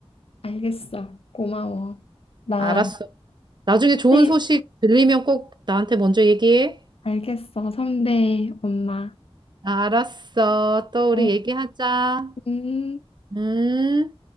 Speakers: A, on the left; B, on the right.
A: 알겠어. 고마워. 나,
B: 알았어. 나중에 좋은
A: 네,
B: 소식 들리면 꼭 나한테 먼저 얘기해.
A: 알겠어. 선배, 엄마.
B: 알았어. 또 우리
A: 어,
B: 얘기하자.
A: 음.
B: 음.